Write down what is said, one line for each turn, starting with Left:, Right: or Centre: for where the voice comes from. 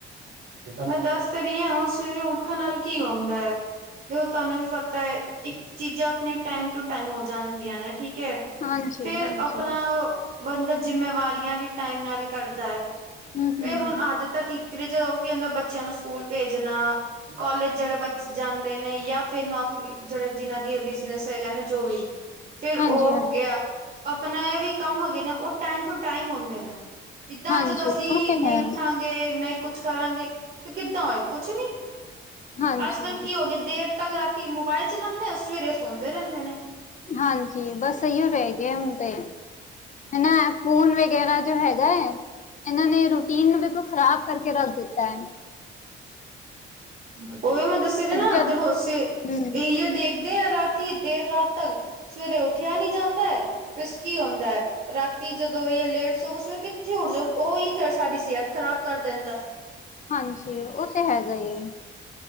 Right: ਮੈਂ ਦੱਸ ਤਾਂ ਰਈਆਂ ਸਵੇਰੇ ਉੱਠਣ ਨਾਲ ਕੀ ਹੋਂਦਾ! ਤੇ ਓ ਤੁਹਾਨੂੰ ਵੀ ਪਤਾ ਐ, ਇੱਕ ਚੀਜ਼ਾਂ ਆਪਣੇ ਟਾਈਮ ਟੂ ਟਾਈਮ ਹੋ ਜਾਂਣਦੀਆਂ ਨੇ ਠੀਕ ਐ।
Left: ਹਾਂਜੀ-ਹਾਂਜੀ,
Right: ਫੇਰ ਆਪਣਾ ਓ ਬੰਦਾ ਜਿੰਮੇਵਾਰੀਆਂ ਵੀ ਟਾਈਮ ਨਾਲ ਕਰਦਾ ਐ,
Left: ਹੂੰ-ਹੂੰ,
Right: ਤੇ ਹੁਣ ਆਦਤ ਫੇਰ ਕਿਰਤ ਤੇ ਜਾਓਗੇ, ਆਂਦੇ ਬੱਚਿਆਂ ਨੂੰ ਸਕੂਲ ਭੇਜਣਾ! ਕੋਲਜ ਜਿਹੜੇ ਬੱਚੇ ਜਾਂਦੇ ਨੇ, ਯਾਂ ਫੇਰ ਨੌਕਰੀ, ਜਿਹੜੇ ਜਿਹਨਾਂ ਦੀ ਬਿਜਨਸ ਹੈਗਾ ਆ ਨਾ, ਜੋ ਵੀ ਫਿਰ ਉਹ
Left: ਹਾਂਜੀ-ਹਾਂਜੀ।
Right: ਹੋ ਗਿਆ ਆਪਣਾ, ਇਹਵੀ ਕੰਮ ਹੈਗੇ ਨੇ, ਉਹ ਟਾਈਮ ਟੂ ਟਾਈਮ ਹੁੰਦੇ ਨੇ! ਇੱਦਾਂ
Left: ਹਾਂਜੀ,
Right: ਜਦੋਂ ਅਸੀਂ
Left: ਹਾਂਜੀ ਹਾਂਜੀ ਉਹ ਤੇ
Right: ਨਹੀਂ
Left: ਹੈ,
Right: ਉੱਠਾਂਗੇ, ਨਹੀਂ ਕੁਛ ਕਰਾਂਗੇ ਤੇ ਕਿੱਦਾਂ ਹੋਏ ਕੁਛ ਨੀ।
Left: ਹਾਂਜੀ।
Right: ਅੱਜ-ਕੱਲ੍ਹ ਕੀ ਹੋ ਗਿਆ, ਦੇਰ ਤੱਕ ਰਾਤੀ ਮੋਬਾਇਲ ਚਲਾਉਣੇ ਆ, ਸਵੇਰੇ ਸੌਂਦੇ ਰਹਿੰਦੇ ਨੇ!
Left: ਹਾਂਜੀ, ਬਸ ਇਹੀਓ ਰਹਿ ਗਿਆ ਹੁਣ ਤੇ! ਹਨਾ, ਫ਼ੋਨ ਵਗੈਰਾ 'ਚ ਹੈਗਾ ਐ। ਏਨਾਂ ਨੇ ਰੂਟੀਨ ਨੂੰ ਬਿਲਕੁਲ ਖ਼ਰਾਬ ਕਰਕੇ ਰੱਖ ਦਿੱਤਾ ਐ!
Right: ੳਹੀਓ ਮੈਂ ਦੱਸ ਰੀ ਨਾ,
Left: ਜਦ
Right: ਦੇਖੋ ਅਸੀ
Left: ਹੂੰ-ਹੂੰ,
Right: ਇਹੳ ਦੇਖਦੇ ਆ ਰਾਤ ਇਤਨੀ ਦੇਰ ਰਾਤ ਤੱਕ, ਸਵੇਰੇ ਉੱਠਿਆ ਨਹੀ ਜਾਂਦਾ, ਦਸ ਕੀ ਹੁੰਦਾ ਐ! ਰਾਤੀ ਜਦੋਂ ਜੇ ਲੇਟ ਸੋਂਵੋਂ, ਸਵੇਰ ਕਿੱਥੇ ਉੱਠ ਜਾਊ, ਉਹੀ ਸਾਡੀ ਸਿਹਤ ਖ਼ਰਾਬ ਕਰ ਦਿੰਦਾ! <inaudible>
Left: ਹਾਂਜੀ ਉਹ ਤੇ ਹੈਗਾ ਹੀ ਹੈ।